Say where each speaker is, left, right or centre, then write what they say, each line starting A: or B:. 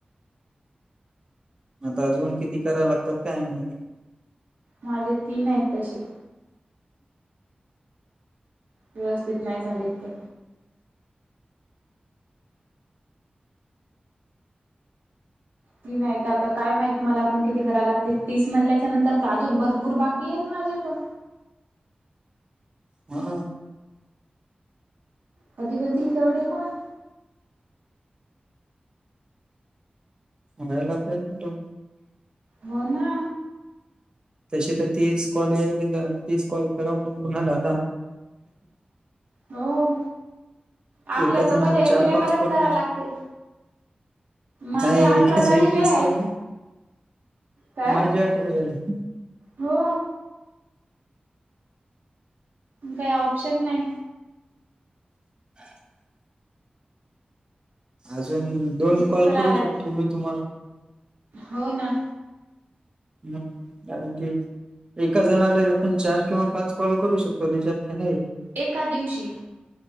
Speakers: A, on the right; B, on the right.
A: आता अजून किती करायला लागतात काय माहिती.
B: माझे तीन आहेत तसे. व्यवस्थित नाही झालेत ते. तीन आहेत आता काय माहित मला पण किती करायला लागतील. तीस म्हणल्याच्या नंतर अजून भरपूर बाकी आहेत माझे पण.
A: हा.
B: कधी होतील केवढे कॉल?
A: व्हायला पाहिजे वो.
B: हो ना.
A: तसे तर तीस कॉल यायले का तीस कॉल कराव पण कुणाल आता.
B: हो. आपल्या
A: एका
B: दोघांला
A: जणाला
B: एकूण
A: चार
B: एकालाच
A: पाच करून
B: करा लागते. माझे
A: नाही
B: अठरा
A: एकाच
B: झालेले
A: वेळी तीस
B: आहे.
A: कॉल
B: काय?
A: माझे अठरा झाले.
B: हो. काय ऑप्शन नाही.
A: <inaudible> अजून दोन
B: तसच
A: कॉल
B: कराव
A: करू
B: लागते
A: शकतो मी तुम्हाला.
B: हो ना.
A: ह कारण की एका जणाला एक आपण चार किंवा पाच कॉल करू शकतो त्याच्यात तर हाय.
B: एका दिवशी.